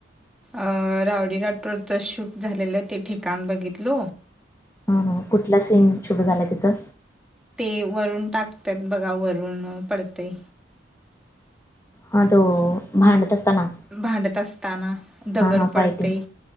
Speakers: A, in the centre; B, on the left.
A: अ रावडी राठोडच शूट झालेलं ते ठिकाण बघितल
B: ह कुठला सीन शूट झालाय तिथं
A: ते वरून टाकतात बघा वरून पडतंय
B: हा तो भांडत असताना
A: भांडत असताना दगड
B: हां हां
A: पडते
B: फायटिंग